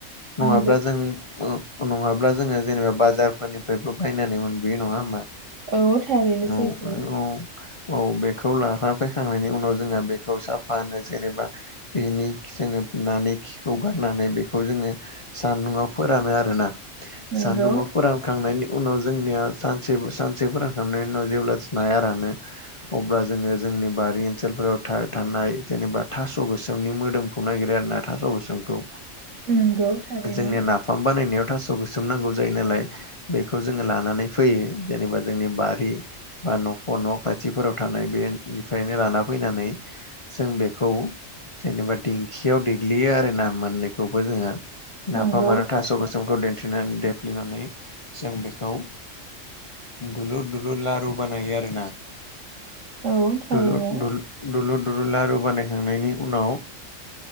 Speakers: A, on the left (about 35°); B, on the right (about 65°).
A: नङाब्ला
B: नंगौ
A: जों नङाब्ला जोङो जेनेबा बाजार निफ्रायबो बायनानै मोनबोयो नङा होमबा
B: औ थारैनो
A: औ
B: सैथो
A: औ औ बेखौ लाफ्रा फैखांनायनि उनाव जोंहा बेखौ साफा होनो जेनेबा बेनि जोङो नानि खिखौ गारनानै बेखौ जोङो सान्दुंआव फोरानो आरोना
B: नोंगौ
A: सान्दुङाव फोरानखांनायनि उनाव जोंनिया सानसे सानसे फोरानखांनायनि उनाव जेब्ला नाया रानो अब्ला जोङो जोंनि बारि ओनसोलफोराव थानाय जेनेबा थास' गोसोमनि मोदोम खौ नागिरो आर ना थास' गोसोमखौ
B: नंगौ थारैनो
A: जोंनिया नाफाम बानायनायाव थास' गोसोम नांगौ जायो नालाय बेखौ जोङो लानानै फैयो जेनेबा जोंनि बारि बा न'खर न' खाथिफोराव थानाय बेनिफ्रायनो लाना फैनानै जों बेखौ जेनेबा दिंखियाव देग्लियो आरोना मोननैखौबो जोङो नाफाम
B: नंगौ
A: आरो
B: थारैनो
A: थास' गोसोमखौ दिन्थिनानै देफ्लिनानै जों बेखौ दलुर दलुर लु बानाया आरो आरो ना
B: औ थारैनो
A: दलुर दल दुलुर दुरु लारु बानायखांनायनि उनाव